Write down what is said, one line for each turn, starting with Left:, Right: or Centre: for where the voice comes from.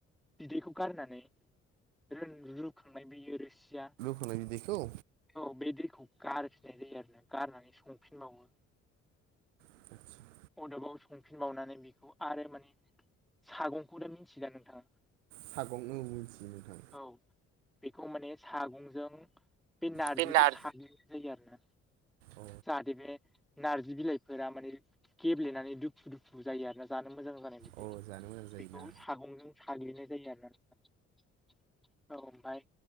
Centre: बिदैखौ गारनानै रोन रुखांनाय बैयो रोसिया।
Right: रनदैखौ?
Centre: औ बे दैखौ गारफिननाय जायो आरोना गारनानै संफिनबावो।
Right: <inaudible>
Centre: अदाबाव संफिनबावनानै बेखौ आरो माने सागंखौथ' मिथियोदा नोंथांआ
Right: सागं औ मिथियो नोंथां
Centre: औ बेखौ माने सागंजों बे नारजिखौ
Right: बे नार
Centre: साग्लिनाय जायो आरोना।
Right: अ
Centre: जा हाथे बे नारजि बिलाइफोरा माने गेब्लेनानै दुु दुफु जायो आरोना जानो मोजां जानाय बायदि
Right: अ जानो मोजां जायोना
Centre: बेखौ सागंजों साग्लिनाय जायो आरोना। औ ओमफ्राय